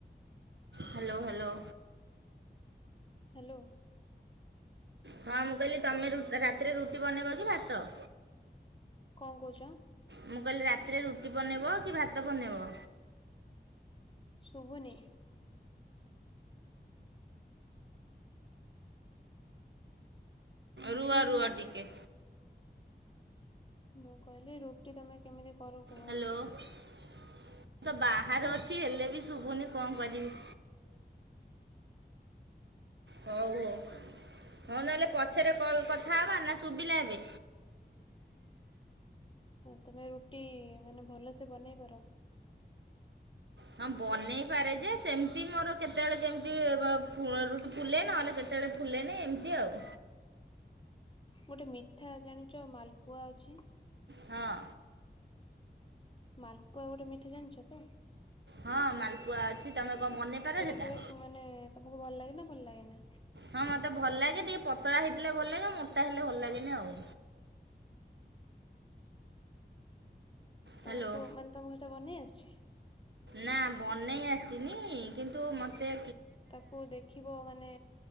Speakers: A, on the right (about 80°); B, on the left (about 30°).
A: ହ୍ୟାଲୋ। ହ୍ୟାଲୋ।
B: ହ୍ୟାଲୋ।
A: ହଁ। ମୁଁ, କହିଲି ତମେ ରାତିରେ ରୁଟି ବନେଇବ, କି ଭାତ?
B: କଣ କହୁଚ?
A: ମୁଁ କହିଲି, ରାତିରେ ରୁଟି ବନେଇବ, କି ଭାତ ବନେଇବ?
B: ଶୁଭୁନି।
A: ରୁହ ରୁଅ ଟିକେ।
B: ମୁଁ କହିଲି, ରୁଟି ତମେ କେମିତି କର? କୁହ?
A: ହ୍ୟାଲୋ। ମୁ ତ ବାହାରେ ଅଛି, ହେଲେ ବି ଶୁଭୁନି କଣ କରିବି? ହଉ, ହଉ। ହଉ, ନହେଲେ ପଛରେ କଥା ହେବା। ନା ଶୁଭିଲା ଏବେ?
B: ତମେ ରୁଟି, ମାନେ ଭଲ ସେ ବନେଇ ପାର।
A: ହଁ, ବନେଇ ପାରେ ଯେ, ସେମିତି ମୋର କେତେବେଳେ, କେମିତି, ରୁଟି ଫୁଲେ ନହେଲେ, କେତେବେଳେ? ଫୁଲେନି ଏମତି ଆଉ
B: ଗୋଟେ ମିଠା ଜାଣିଚ ମାଲପୁଆ ଅଛି?
A: ହଁ।
B: ମାଲପୁଆ ଗୋଟେ ମିଠା ଜାଣିଚ ତ?
A: ହଁ ମାଲପୁଆ ଅଛି ତମେ କଣ ବନେଇ ପାର
B: ସେଇଟା
A: ସେଟା।
B: କେବେ ମାନେ ତମକୁ ଭଲ ଲାଗେ ନା ଭଲ ଲାଗେନା?
A: ହଁ ମତେ ଭଲ ଲାଗେ ଟିକେ ପତଳା ହେଇଥିଲେ ଭଲ ଲାଗେ ମୋଟା ହେଲେ ଭଲ ଲାଗେନି ଆଉ ହ୍ୟାଲୋ
B: ତମକୁ ମାନେ ତମକୁ ସେଇଟା ବନେଇ ଆସିଛି?
A: ନା ବନେଇ ଆସିନି କିନ୍ତୁ ମତେ
B: ତାକୁ ଦେଖିବ ମାନେ